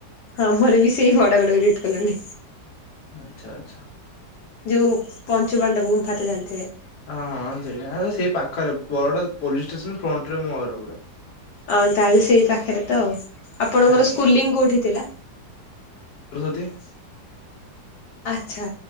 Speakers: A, on the left; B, on the left.
A: ହଁ ମୋର ବି ସେଇ <unintelligible> ହୁଡ ଗଡେଟ <unintelligible> କଲୋନୀ।
B: ଆଚ୍ଛା ଆଚ୍ଛା।
A: ଯୋଉ ପଞ୍ଚୁବାଣ୍ଡବ ଗୁମ୍ଫାା ତ ଜାଣିଥିବେ।
B: ହଁ ହଁ ସେଇ ସେଇ ପାଖରେ ବଡ ପୋଲିସ ଷ୍ଟେସନ। ଫ୍ରଣ୍ଟ ରେ ମୋ ଘର ପୁରା।
A: ହଁ ତାହେଲେ ସେଇ ପାଖରେ ତ ଆ ଆପଣଙ୍କର
B: ଆଜ୍ଞା
A: ସ୍କୁଲିଂ କୋଉଠି ଥିଲା?
B: <unintelligible>
A: ଆଛା